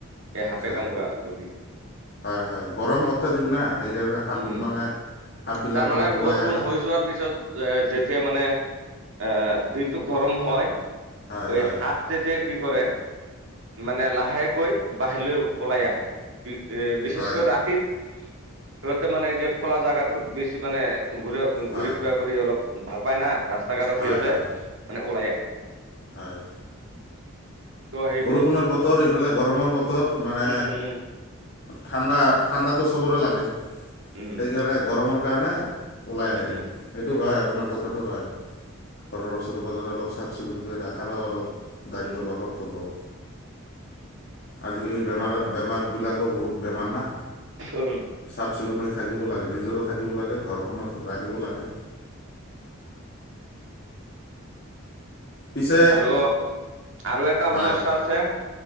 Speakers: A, on the right; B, on the left.
A: এই
B: আচ্ছা
A: সাপে কামোৰা ৰবি
B: হয় হয় গৰম অত্যাধিক না সেইকাৰণে সাপ
A: উম
B: মানে সাপ বিলাক
A: তাৰমানে
B: অলপ ওলাই
A: বৰষুণ
B: আহাত
A: হৈ যোৱাৰ পিছত যেতিয়া মানে এ দিনটো গৰম হয়
B: হয়
A: ঐ
B: হয়
A: হফ তে কি কৰে মানে লাহেকৈ বাহিৰলৈ ওলাই আহে। এ বিশেষকৈ
B: হয়
A: ৰাতিত সিহঁতে মানে এই যে খোলা জোগাটোত বেছি মানে ঘূৰা
B: হয়
A: ঘূৰি ফুৰা কৰি অলপ ভাল পাই না ৰাস্তা ঘাটত
B: হয়
A: সিহঁতে
B: হয়
A: মানে ওলাই আহে।
B: হয়
A: ত' সেইবোৰ
B: বৰষুণৰ বতৰ ইফালে গৰমৰ বতৰ মানে
A: উম উম
B: ঠাণ্ডা - ঠাণ্ডাটো চবৰে লাগে সেইকাৰণে
A: উম
B: গৰমৰ কাৰণে। ওলাই
A: উম
B: আহে
A: উম উম
B: সেইটো হয় আপোনাৰ কথাটো হয়। ঘৰৰ ওচৰে পাজৰে অলপ চাফ চিকুণ কৰি ৰাখাৰো অলপ দায়িত্ব
A: উম
B: বা কৰ্তব্য। আজিকালি বেমাৰৰ বেমাৰ বিলাকো বহুত বেমাৰ না।
A: উম
B: চাফ চিকুণ হৈ থাকিব লাগে। নিজৰো থাকিব লাগে, ঘৰখনত ৰাখিব লাগে। পিছে
A: আৰু - আৰু এটা
B: হয়
A: সমস্যা আছে।